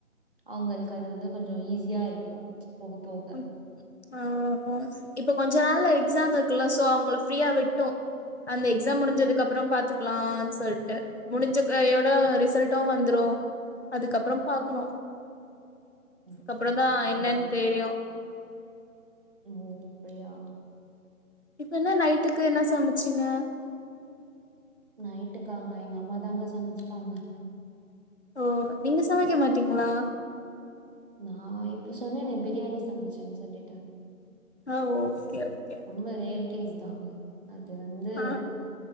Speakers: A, on the right (about 35°); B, on the left (about 50°).
A: அவங்களுக்கு அது வந்து கொஞ்சம் ஈஸியா இருக்கும் போக போக
B: ம் ஆஹ் <unintelligible> இப்ப கொஞ்ச நாள் எக்ஸாம் இருக்கலா சோ அவங்கள ப்பிரியா விட்டோ அந்த எக்ஸாம் முடிஞ்சதுக்குப்புறம் பாத்துக்கலானு சொல்லிட்டு முடிஞ்ச கையோட ரிசல்ட்டும் வந்துரும் அதுக்கப்புறம் பாக்கணு
A: ஓகே
B: அப்புற தா
A: ஓகே
B: என்னன்னு
A: கிரேட்
B: தெரியும்
A: ஓ அப்படியா
B: இப்ப என்ன நைட்டுக்கு என்ன சமைச்சீங்க
A: நைட்டுக்காங்க எங்க அம்மா தாங்க சமச்ப்பாங்க
B: ஓ நீங்க சமைக்க மாட்டீங்களா
A: நா இப் அப்ப சொன்னேனே பிரியாணி சமைச்சேன்னு சொல்லிட்டு
B: அஹ் ஓகே ஓகே
A: ரொம்ப ரேரு கேஸ் தாங்க அது வந்து
B: ஆ